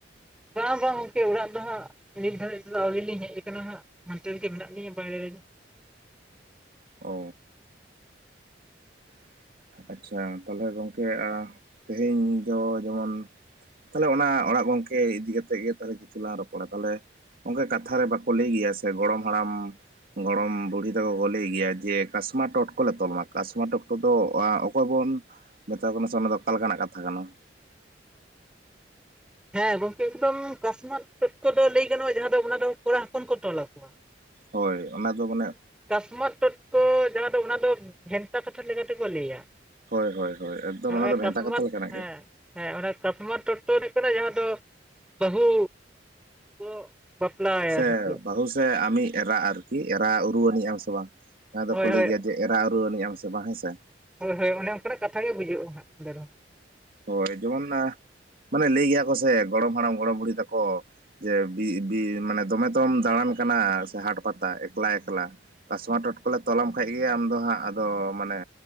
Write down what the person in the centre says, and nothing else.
ᱵᱟᱝ ᱵᱟᱝ ᱜᱚᱝᱠᱮ ᱚᱲᱟᱜ ᱫᱚ ᱦᱟᱸᱜ ᱱᱤᱛ ᱫᱷᱟᱨᱤᱡ ᱛᱮᱫᱚ ᱟᱹᱣᱨᱤ ᱞᱤᱧ ᱦᱮᱡ ᱟᱠᱟᱱᱟ ᱦᱟᱸᱜ ᱦᱟᱱᱛᱮ ᱨᱮᱜᱮ ᱢᱮᱱᱟᱜ ᱞᱤᱧᱟᱹ ᱵᱟᱭᱨᱮ ᱨᱮ
ᱦᱮᱸ ᱜᱚᱝᱠᱮ ᱮᱠᱫᱚᱢ ᱠᱟᱥᱢᱟᱨ ᱫᱚ ᱞᱟᱹᱭ ᱜᱟᱱᱚᱜᱼᱟ ᱡᱟᱦᱟᱸ ᱫᱚ ᱚᱱᱟ ᱫᱚ ᱠᱚᱲᱟ ᱦᱚᱯᱚᱱ ᱠᱚ ᱛᱚᱞ ᱟᱠᱚᱣᱟ
ᱠᱟᱥᱢᱟᱚᱛ ᱴᱚᱴᱠᱚ ᱡᱟᱦᱟᱸ ᱫᱚ ᱚᱱᱟ ᱫᱚ ᱵᱷᱮᱱᱛᱟ ᱠᱟᱛᱷᱟ ᱞᱮᱠᱟᱛᱮᱠᱚ ᱞᱟᱹᱭᱟ
ᱦᱚᱸᱜᱼᱚᱭ
ᱠᱟᱥᱢᱟᱨ
ᱦᱮᱸ
ᱦᱮᱸ ᱚᱱᱟ ᱠᱟᱥᱢᱟᱨ ᱴᱚᱴᱠᱚ ᱫᱚ ᱦᱩᱭᱩᱜ ᱠᱟᱱᱟ ᱡᱟᱦᱟᱸ ᱫᱚ ᱵᱟᱹᱦᱩ ᱠᱚ ᱵᱟᱯᱞᱟᱭᱟ
ᱪᱮᱫ
ᱦᱳᱭ
ᱦᱳᱭ
ᱦᱳᱭ ᱦᱳᱭ ᱚᱱᱮ ᱚᱱᱠᱟᱱᱟᱜ ᱠᱟᱛᱷᱟ ᱜᱮ ᱵᱩᱡᱩᱜᱼᱟ ᱦᱟᱸᱜᱼᱟ ᱚᱸᱰᱮ ᱫᱚ